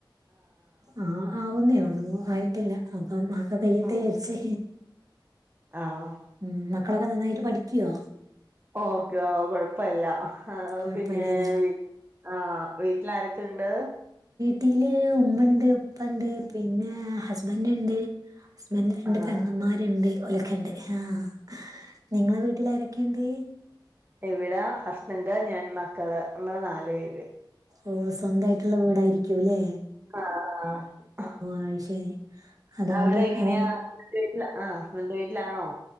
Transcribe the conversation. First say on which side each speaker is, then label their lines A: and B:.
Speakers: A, on the right; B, on the right.
A: ആഹ് ആവുന്നേ ഒള്ളൂ ആയിട്ടില്ല ആ മാസം കയ്യട്ടേജാരിച്ച്
B: ഉം ആഹ്
A: ഉം മക്കളൊക്കെ നന്നായിട്ട് പഠിക്ക്യോ
B: ഓക്കെ ഓ കൊഴപ്പയെല്ല ആഹ് ഔ
A: കുഴപ്പമില്ലല്ലേ
B: പിന്നേ വീ ആഹ് വീട്ടിലാരൊക്കെ ഉണ്ട്
A: ട്ടില് ഉമ്മണ്ട് ഉപ്പണ്ട് പിന്നെ ഹുസ്ബൻഡ് ഹസ്ബൻഡ രണ്ട്
B: ആഹ്
A: പെങ്ങമ്മാര്ണ്ട് ഓലൊക്കെണ്ട് ആഹ് നിങ്ങള വീട്ടിലാരൊക്കെയുണ്ട്
B: ഇവിട ഹുസ്ബൻഡ് ഞാൻ മക്കള് നമ്മള് നാലു പേര്
A: ഓ സ്വന്തായിട്ടുള്ള വീടായിരിക്ക്യൂലേ
B: ആഹ് ആഹ് അഹ്
A: അയ്ശരി അതുകൊണ്ട്
B: അവിടെ എങ്ങനെയാ
A: അങ്ങനെ
B: <unintelligible> വീട്ടില ആഹ് സ്വന്ത വീട്ടി ലാണോ